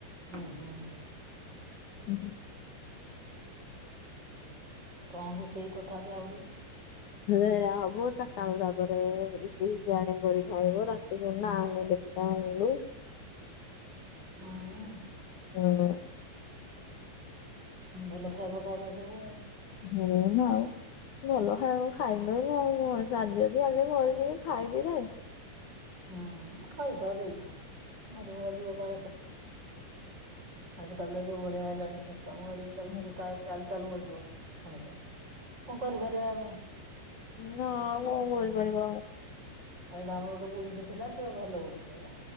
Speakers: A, on the right; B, on the left.
A: ଉଁ ହୁଁ ।
B: <unintelligible>
A: କଣ ରୋଷେଇ ତଥାବି ଆହୁରି ।
B: ଏୟା ହବ ଚାରିଟା ବେଳକୁ ତା ପରେ ଇଫି ପିଫି ଆଣି କରି ଖାଇବୁ ରାତି କୁ ନାନେ । ଦେଖିଆ ଆଣିବୁ ।
A: ହୁଁ ।
B: ହୁଁ ।
A: ଭଲ ଖାଇବା ଖାଉଚ ସବୁ ।
B: ହୁଁ ଆଉ । ଭଲ ଖାଇବା କଣ ଖାଇବୁ ପିଇବୁ ଆଉ ମଣିଷ ଆଜି ଅଛି କାଲି ମରି ଯିବୁ ଖାଇ ଦେଇ ଥାଏ ।
A: ହୁଁ, ଖାଇ ଖୁଆ ଦେଇଥାଅ ମରିମୁରା ଯିବ କାଳେ ସ ଆଜି କାଲି ଯୋଉ ଭଳିଆ ହେଲାଣି ସିଷ୍ଟମ୍ ଗାଡି
B: ହୁଁ
A: ଚାଲ ଚା ଚାଲୁ ମରି ମଣିଷ କଣ କରିପାରିବା ଆମେ?
B: ନା, ଆଉ କଣ କରିପାରିବା ଆଉ
A: ଏଇଟା ଆମର ଗୋଟେ ବୁଢୀଟେ ଥିଲା, ସେ ଭଲ ବୁଢୀଟେ ହେଲା।